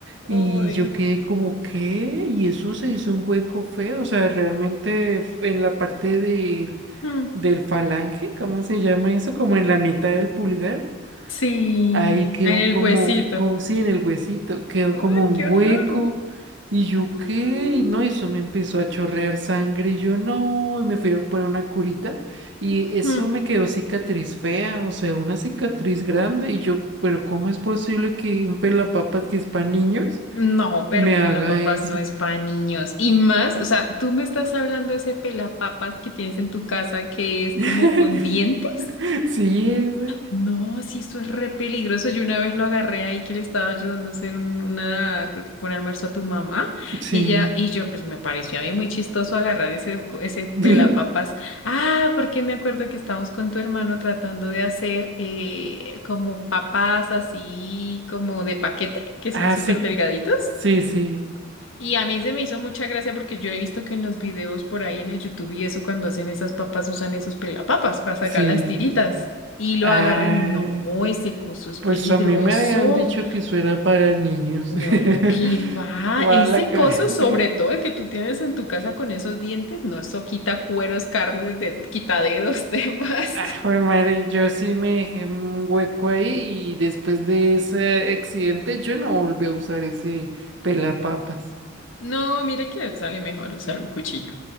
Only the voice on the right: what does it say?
y
yo quedé como, ¿qué? Y eso se hizo un hueco feo, o sea, realmente f- en la parte del
del falange, ¿cómo se llama eso? Como en la mitad del pulgar.
Ahí quedó
como,
como, sí, en el huesito, quedó
como un
hueco.
Y yo,
¿qué? Y No, eso me empezó a chorrear sangre. Y yo, no, y me fui a poner una curita. Y eso
me quedó cicatriz fea, o sea, una cicatriz grande. Y yo, ¿pero cómo es posible que un pelapapas que es para niños
me
haga
eso?
<laughs>
Sí, ese,
sí.
<laughs>
Ah,
sí,
sí, sí,
sí.
Ah.
Pues
a mí me habían dicho que eso era para niños.
<laughs>
Bueno,
la que...
<laughs>
Ah, jue madre, yo sí me dejé un hueco ahí y después de ese accidente yo no volví a usar ese pelapapas.